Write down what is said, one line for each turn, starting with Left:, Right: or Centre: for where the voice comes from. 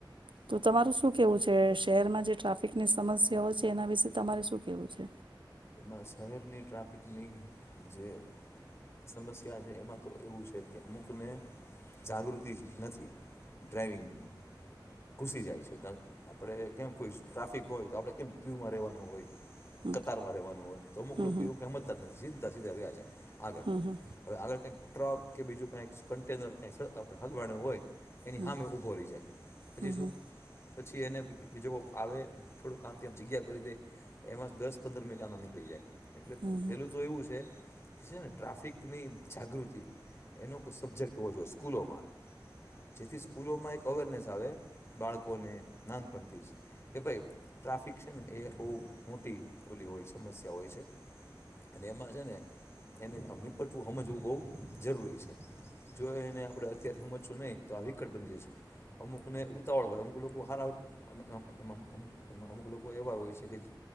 Right: તો તમારું શું કેવું છે શહેરમાં જે ટ્રાફિકની સમસ્યાઓ છે એના વિશે તમારે શું કેવું છે?
Left: એમાં શહેરની ટ્રાફિકની જે સમસ્યા છે એમાં તો એવું છે કે અમુકને જાગૃતિ જ નથી ડ્રાઈવિંગની. ઘુસી જાય છે ગ આપળે કેમ કોઈ ટ્રાફિક હોય તો આપણે કેમ ક્યુમાં રહેવાનું હોય
Right: હમ
Left: કતારમાં રહેવા તો અમુક
Right: હમ
Left: લોકો એવું કે હમતા જ નથ સિદ્ધા સીધા વયા જાય. આગળ,
Right: હમ હમ
Left: હવે આગળ કંઈક ટ્રક કે બીજું કાંઈ સ કન્ટેનર કાય સ આપળે હલવાણુ હોય એની
Right: હમ
Left: હામે ઉભો રહી જાય, પછી
Right: હમ
Left: શું? પછી એને બીજો કોક આવે, થોડું આમ થી આમ જગ્યા કરી દે, એમાં જ દસ પંદર મિનિટ આમ આમ નીક ળી જાય. એટલે
Right: હમ હમ હમ હમ
Left: પેલું તો એવું છે છે ને ટ્રાફિકની જાગૃતિ એનો કોઈ સબ્જેક્ટ હોવો જોએ સ્કૂલોમાં, જેથી સ્કૂલોમાં એક અવેરનેસ આવે બાળકોને નાનપણથી જ કે ભઈ ટ્રાફિક છે ને એ એક બોવ મોટી ઓલી હોય સમસ્ યા હોય છે અને એમાં છે ને એને આમ નીપટવું હમજવું બોવ જરૂરી છે. જો એને આપણે અત્યારે હમજશું નહીં તો આ વિકટ બની જશે. અમુકને ઉતાવળ હોય, અમુક લોકો હારા અમ અમ એમ અમુ એમાં અમુક લોકો એવા હોય છે, કે